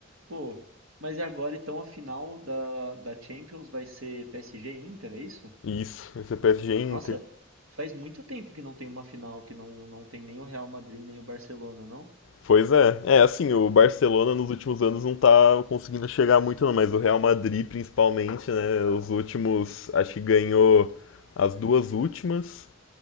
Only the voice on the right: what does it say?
Pô, mas e agora então a final da, da Champions vai ser PSG e Inter, é isso?
Nossa, faz muito tempo que não tem uma final que não, não tem nem o Real Madrid nem o Barcelona, não?
Ah,